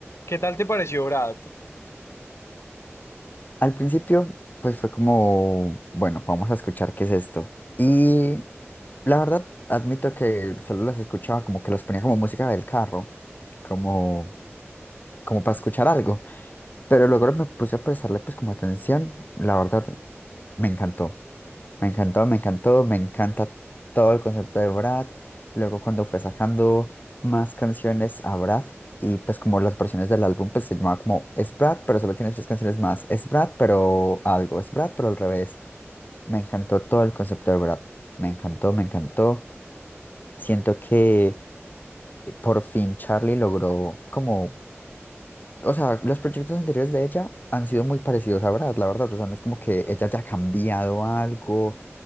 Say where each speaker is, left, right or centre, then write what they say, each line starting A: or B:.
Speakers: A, on the left (about 70°); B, on the left (about 40°).
A: ¿Qué tal te pareció Brad?
B: Al principio, pues fue como, bueno, vamos a escuchar qué es esto. Y la verdad, admito que solo las escuchaba como que las ponía como música del carro, como, como para escuchar algo. Pero luego me puse a prestarle pues como atención. La verdad, me encantó. Me encantó, me encantó, me encanta todo el concepto de Brad. Luego cuando fue sacando más canciones a Brad y pues como las versiones del álbum pues se llamaba como Es Brad, pero solo tiene tres canciones más. Es Brad, pero algo. Es Brad, pero al revés. Me encantó todo el concepto de Brad. Me encantó, me encantó. Siento que eh, por fin Charlie logró como... O sea, los proyectos anteriores de ella han sido muy parecidos a Brad, la verdad. O sea, no es como que ella haya cambiado algo